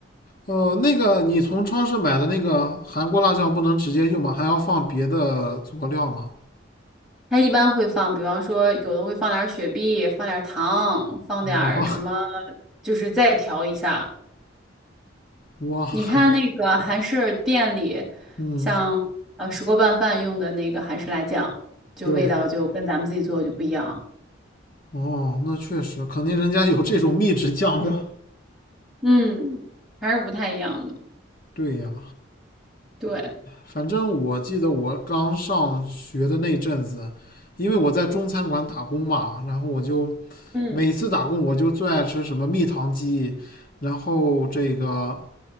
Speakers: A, on the left; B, in the centre.
A: 哦，那个你从超市买的那个韩国辣酱不能直接用吗？还要放别的佐料吗？
B: 他一般会放，比方说有的会放点儿雪碧，放点儿糖，放点儿什么，
A: 哇
B: 就是再调一下。
A: 哇，
B: 你看那个韩式店里，
A: 嗯，
B: 像呃石锅拌饭用的那个韩式辣酱，就味道就跟咱们自己做的就不一样，
A: 对，哦，那确实，肯定人家有这种秘制酱料。
B: 嗯还是不太一样的。
A: 对呀，
B: 对，
A: 反正我记得我刚上学的那阵子，因为我在中餐馆打工嘛，然后我就
B: 嗯，
A: 每次打工我就最爱吃什么蜜糖鸡，然后这个